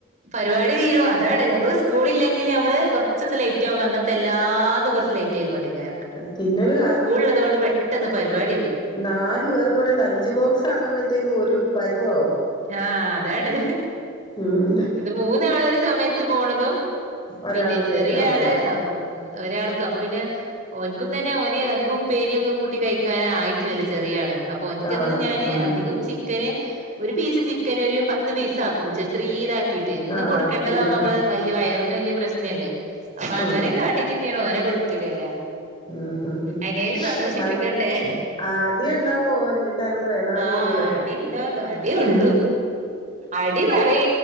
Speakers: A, on the right (about 35°); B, on the left (about 20°).
A: പരിപാടി തീരുും അതാണ് നമ്മള് സ്കൂള ഇല്ലെങ്കിൽ നമ്മള് കൊറച്ചൊന്ന് ലേറ്റ് ആക വന്നത്തെ എല്ലാ കുറച്ച് ലേറ്റ് ആയിൊണ്ടിരിക്ക
B: പിന്നൊരു
A: സ്കൂളള്ളത് കൊൊണ്ട് പെട്ടെന്ന് പരിപാടി ആായി
B: നാലല് പേർ കൂടെ ലഞ്ച് ബോക്സ് ആകുമ്പോഴത്തേക്ക്ും ഒരു പരുവവും
A: ആഹ അതാണ്
B: ഉം
A: ഇത് മൂന്നാള ഒരു സമയത്ത് പോണതും
B: ഒരാള്
A: പിന്നെ ചെറിയ
B: ലേറ്റ് ആവുല്ലേ
A: ആള് ഉ ഒരാൾക്ക് അപ്പൊ പിന്നെ ഓനിക്കൊന്ന തന്നെ ഓന് അധികം ഉപ്പേരിയൊന്നും കൂട്ടി കഴിക്കാന ആയിട്ടില്ലല്ലോ ചെറിയള് അപ്പൊ എനിിക്കന്ന്
B: ആന്ന്
A: ഞാന്
B: ഉം
A: അധികം ചിക്കന് ഒരു പീസ് ചിക്കൻ ഒരു പത്ത് പീസ് ആാക്കും ചെറ ഇതാക്കിയിട്ട് എന്നും
B: ആഹ്
A: കൊടുക്കേണ്ടതാവകുമ്പൾ
B: അട്ടി ആഹ്
A: നമ്മള് വലിയ വയർ വലിയ പ്രശ്നല്ലേ അപ്പൊ അങ്ങനെെ
B: ഉം
A: കാട്ടീട്ട്ീണോ ഓനെ കൊടുത്തില്ലേ അല്ല
B: ഉം ഉം ഉം
A: എങ്ങനെിലും സന്തോഷിപ്പിക്കണ്ടേ
B: മൻ അടി ഉണ്ടാവോ എല്ലാരും കൂടെ നാലു
A: ആടി
B: പേരൂടെ
A: ബഗാടി അടി ഉള്ളു അടി പറയ